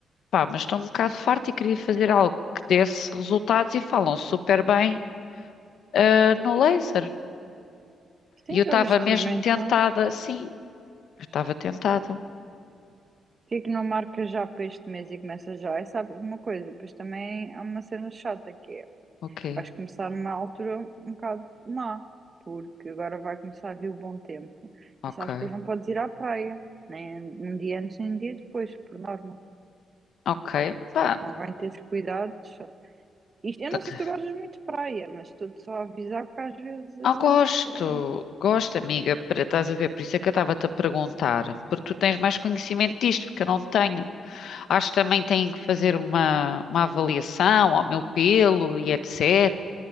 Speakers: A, on the left (about 70°); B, on the right (about 45°).
A: pá, mas estou um bocado farta e queria fazer algo que desse resultados e falam super bem, ah, no laser.
B: Sim,
A: E eu estava
B: agora experimenta.
A: mesmo tentada, sim, eu estava tentada.
B: Porquê é que não marca já para este mês e começa já? E sabes uma coisa, depois também há uma cena chata que é,
A: O quê?
B: vais começar numa altura um bocado má, porque agora vai começar a vir o bom tempo.
A: ok,
B: E sabes que depois não podes ir à praia, nem um dia antes, nem um dia depois, por norma.
A: ok. Pá,
B: Convém teres cuidado. Isto, eu
A: tá-
B: não sei se tu gostas muito de praia, mas estou-te só a avisar porque às vezes,
A: ah, gosto,
B: eh,
A: gosto, amiga, para estás a ver, por isso é que eu estava-te a perguntar, porque tu tens mais conhecimento disto, porque eu não tenho. Acho que também têm que fazer uma, uma avaliação ao meu pelo e etc,